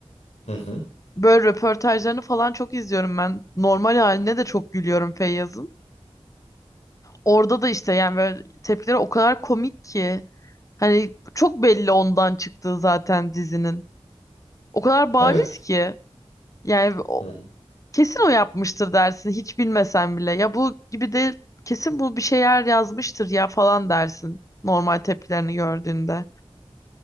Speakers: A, on the left; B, on the left.
A: Hı hı.
B: Böyle röportajlarını falan çok izliyorum ben. Normal haline de çok gülüyorum Feyyaz'ın. Orada da işte yani böyle tepkileri o kadar komik ki. Hani çok belli ondan çıktığı zaten dizinin. O kadar bariz
A: Evet.
B: ki. Yani o,
A: Hı
B: kesin o yapmıştır dersin hiç bilmesen bile. Ya bu gibi de kesin bu bir şeyler yazmıştır ya falan dersin. Normal tepkilerini gördüğünde.
A: hı.